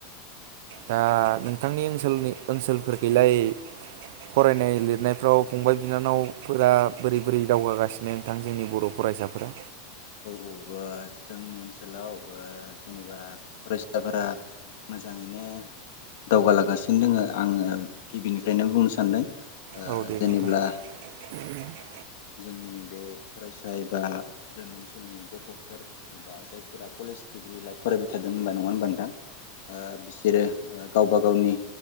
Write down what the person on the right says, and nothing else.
दा नोंथांनि ओनसोलनि ओनसोलफोरखैलाय फरायनाय लिरनायफ्राव फंबाय बिनानावफोरा बोरै बोरै दावगागासिनो नोंथां जोंनि बर' फरायसाफोरा?
औ दे
नोंथां <inaudible>